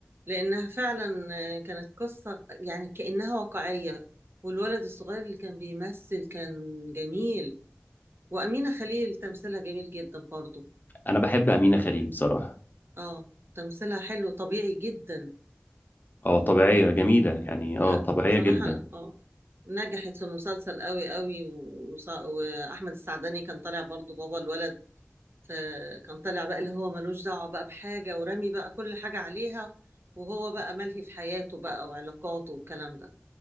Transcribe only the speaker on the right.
لأنها فعلا آه، كانت قصة يعني كأنها واقعية والولد الصغير اللي كان بيمثل كان جميل وأمينة خليل تمثيلها جميل جدا برضو
اه تمثيلها حلو طبيعي جدا
لا
بصراحة
اه نجحت في المسلسل قوي قوي وص- وأحمد السعداني كان طالع برضو بابا الولد فكان طالع بقى اللي هو ملوش دعوة بقى بحاجة ورامي بقى كل حاجة عليها وهو بقى ملهي في حياته بقى وعلاقاته والكلام ده